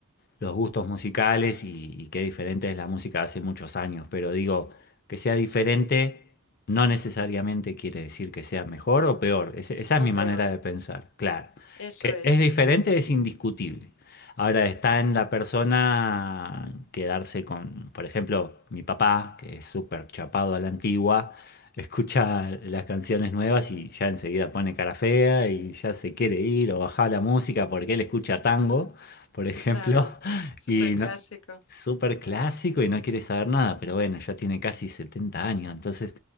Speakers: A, on the left (about 45°); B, on the left (about 80°).
A: los gustos musicales y, y qué diferente es la música de hace muchos años, pero digo, que sea diferente no necesariamente quiere decir que sea mejor o peor. Ese- esa es
B: o
A: mi
B: peor.
A: manera de pensar, claro.
B: Eso
A: Que
B: es,
A: es diferente es indiscutible. Ahora está en la persona quedarse con, por ejemplo, mi papá, que es súper chapado a la antigua, <laughs> escucha las canciones nuevas y ya enseguida pone cara fea y ya se quiere ir o bajar la música porque él escucha tango, por ejemplo.
B: claro, súper
A: Y
B: clásico.
A: no, súper clásico y no quiere saber nada, pero bueno, ya tiene casi 70 años, entonces